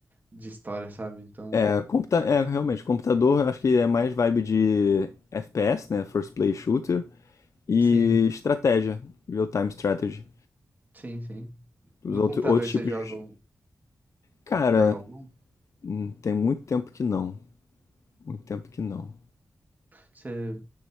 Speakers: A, on the right (about 30°); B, on the left (about 65°).
A: de história, sabe? Então,
B: É, computa é, realmente, computador eu acho que é mais vibe de FPS, né? First Play Shooter. E
A: sim,
B: estratégia, real-time strategy.
A: sim, sim.
B: Os
A: No
B: outros,
A: computador
B: outros
A: você
B: tipos
A: joga,
B: de.
A: um-
B: Cara,
A: joga algum?
B: hum, tem muito tempo que não. Muito tempo que não.
A: Você,